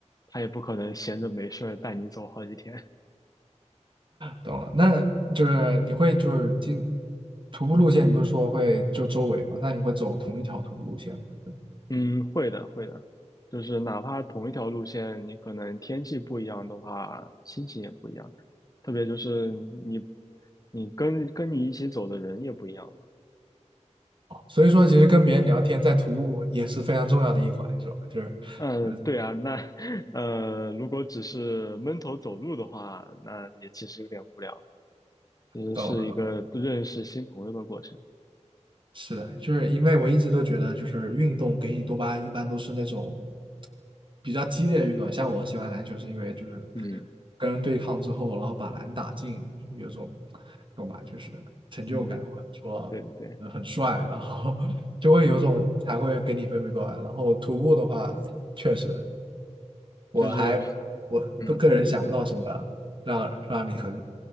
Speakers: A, on the left; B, on the right.
A: 他也不可能闲着没事儿带你走好几天。
B: 懂了，那就是你会就是经徒步路线，你不是说会就周围嘛？那你会走同一条徒步路线吗？对吧
A: 嗯，会的，会的，就是哪怕同一条路线，你可能天气不一样的话，心情也不一样。特别就是你，你跟跟你一起走的人也不一样嘛。
B: 所以说，其实跟别人聊天在徒步也是非常重要的一环，是吧？就是，
A: 嗯，
B: 嗯，
A: 对啊，那 <laughs> 呃，如果只是闷头走路的话，那也其实有点无聊，其实是一个认识新朋友的过程。
B: 懂了。是的，就是因为我一直都觉得，就是运动给你多巴胺一般都是那种比较激烈的运动，像我喜欢篮球是因为就是
A: 嗯
B: 跟人对抗之后，然后把篮打进，有种懂吧，就是成就感或者说呃很帅，
A: 嗯，对对对，
B: 然后 <laughs> 就会有种才会给你分泌多巴胺然后徒步的话，
A: 嗯，
B: 确实我还我个个人想不到什么让让你很
A: 就是嗯。